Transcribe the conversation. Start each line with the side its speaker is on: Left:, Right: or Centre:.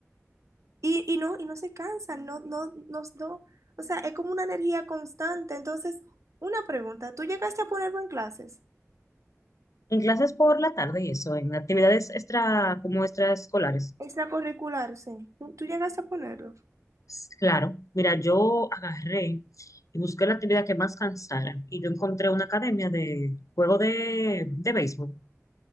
Right: Y, y no, y no se cansan, no, no, no, no, o sea, es como una energía constante. Entonces, una pregunta, ¿tú llegaste a ponerlo en clases?
Left: En clases por la tarde y eso, en actividades extra, como extraescolares.
Right: Extracurricular, sí. ¿Tú, tú llegaste a ponerlo?
Left: S- Claro, mira, yo agarré y busqué la actividad que más cansara y yo encontré una academia de juego de, de béisbol